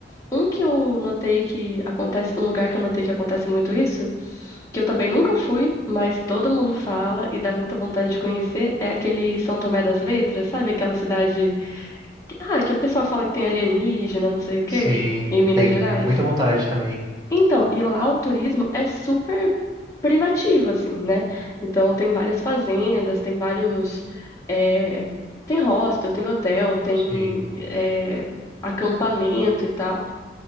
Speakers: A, on the left; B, on the right.
A: Um que eu notei que acontece, um lugar que eu notei que acontece muito isso, que eu também nunca fui, mas todo mundo fala e dá muita vontade de conhecer, é aquele São Tomé das Letras, sabe? Aquela cidade que, ah, que o pessoal fala que tem alienígena, não sei o quê,
B: sim,
A: em Minas
B: tenho
A: Gerais.
B: muita vontade também.
A: Então, e lá o turismo é super privativo, assim, né? Então, tem várias fazendas, tem vários. é, tem hostel, tem hotel, tem
B: Sim.
A: é, acampamento e tal.